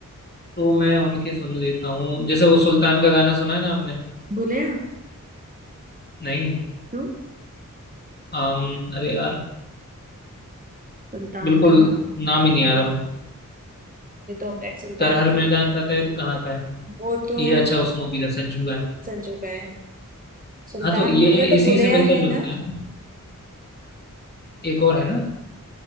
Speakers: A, on the left; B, on the right.
A: तो मैं उनके सुन लेता हूँ जैसे वो सुल्तान का गाना सुना है ना आपने
B: बोले
A: नहीं
B: क्यों
A: अम अरे यार
B: सुल्तान
A: बिल्कुल
B: का
A: नाम ही नहीं आ रहा मुझे।
B: ये तो हमने सुल्तान
A: कर हर
B: के
A: मैदान फतेह है तो कहाँ का है
B: वो तो
A: ये अच्छा उस मूवी का संजू का है
B: संजू का है सुल्तान
A: हाँ तो ये
B: मूवी का तो
A: इसी
B: बुलेया
A: से मिलता
B: है
A: जुलता
B: ना
A: है ना। एक और है ना